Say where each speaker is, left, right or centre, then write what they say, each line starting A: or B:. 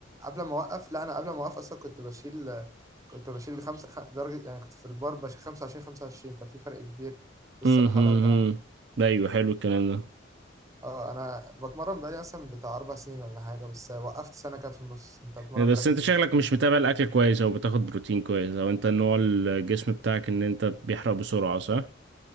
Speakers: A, on the right (about 15°); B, on the right (about 60°).
A: قبل ما اوقف لا انا قبل ما اوقف اصلا كنت بشيل كنت بشيل خمسة خ- درجة يعني كنت في البار بشيل 25 25 ففي فرق كبير لسه
B: مم،
A: بحاول
B: مم،
A: ارجع
B: مم. ده ايوه حلو الكلام ده
A: اه انا بتمرن بقالي مثلا بتاع اربع سنين ولا حاجة بس وقفت سنة كده في النص انت بتتمرن
B: بس
A: بقالك قد
B: انت شكلك
A: ايه؟
B: مش متابع الاكل كويس او بتاخد بروتين كويس او انت نوع الجسم بتاعك ان انت بيحرق بسرعة صح؟